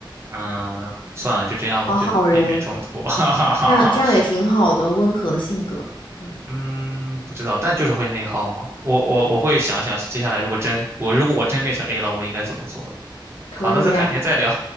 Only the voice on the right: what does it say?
嗯，算了，就这样吧，
就避免冲突。<laughs> 哈哈哈哈，
嗯，不知道，但就是会内耗吗？我我我会想一想，接下来如果真我如果我真变成 A 了，我应该怎么做的。
好，那咱改天再聊，